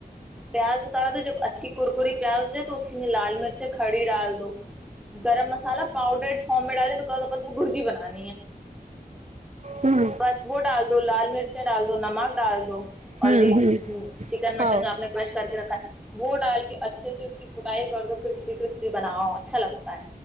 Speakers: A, in the centre; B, on the right.
A: پیاز اتار دو جب اچھی کرکری پیاز تو اسی میں لال مرچ کھڑی ڈال دو گرم مسالا پاؤڈرڈ فارم میں ڈالیں بکز اپن کو برجی بنا <inaudible>
B: ہوں
A: بس وہ ڈال دو لال مرچیں ڈال دو نمک ڈال دو
B: ہوں
A: اور جی
B: ہوں
A: چکن مٹن
B: ہاں
A: آپ نے کرش کر کے رکھا ہے وہوہ ڈال کے اچھے سے اس کی کٹھ کر دو ک کرسی کرست بناؤ اچھا لگتا ہے